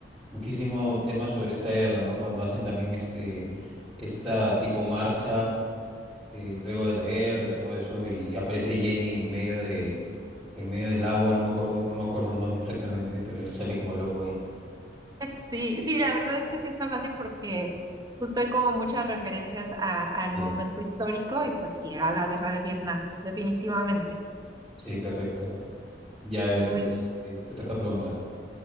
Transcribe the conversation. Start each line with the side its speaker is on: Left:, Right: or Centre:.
Centre: muchísimo tema sobre esta guerra, ¿no? Cuando hacen también este, esta tipo marcha. eh, luego de la guerra y todo eso, y, y aparece Jenny en medio de, en medio del agua, no me acuerdo, no me acuerdo en dónde exactamente, pero él sale como loco ahí.
Right: Sí, sí, la verdad es que sí está fácil porque justo hay como muchas referencias a- al
Centre: Sí,
Right: momento histórico y pues sí, era la guerra de Vietnam, definitivamente.
Centre: sí, correcto. Ya, a ver,
Right: Muy,
Centre: este, te toca preguntar.